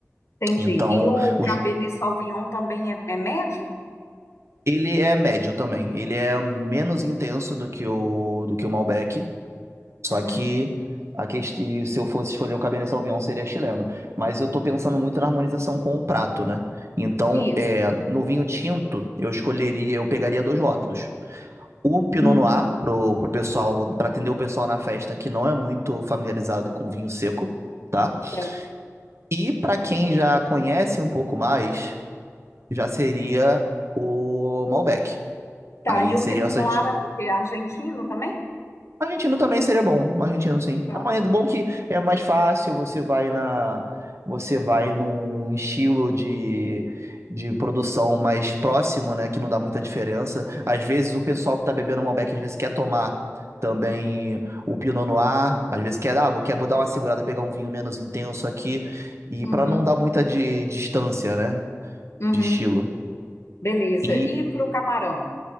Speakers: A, on the left (about 60°); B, on the right (about 55°).
A: entendi.
B: Então,
A: E o
B: os-
A: Cabernet Sauvignon também é, é médio?
B: ele é médio também. Ele é menos intenso do que o, do que o Malbec, Só
A: Uhum,
B: que a questão, se eu fosse escolher um Cabernet Sauvignon, seria chileno. Mas eu tô pensando muito na harmonização com o prato, né? Então,
A: isso.
B: é, no vinho tinto, eu escolheria, eu pegaria dois rótulos. O Pinot
A: Hum,
B: Noir, pro, pro pessoal, para atender o pessoal na festa que não é muito familiarizado com vinho seco, tá?
A: é.
B: E para quem já conhece um pouco mais, já seria o Malbec.
A: Tá,
B: Aí
A: e
B: seriam
A: o Pinot
B: essas,
A: Noir é o quê? argentino também?
B: Argentino também seria bom, argentino sim.
A: Tá.
B: Ah, É bom que é mais fácil, você vai na, você vai num estilo de, de produção mais próximo, né, que não dá muita diferença. Às vezes o pessoal que tá bebendo Malbec, às vezes quer tomar também o Pinot Noir, às vezes quer, ah, vou, quer, vou dar uma segurada, pegar um vinho menos intenso aqui, e
A: Uhum,
B: para não dar muita de, distância, né,
A: uhum,
B: de estilo.
A: beleza.
B: E
A: E para o camarão?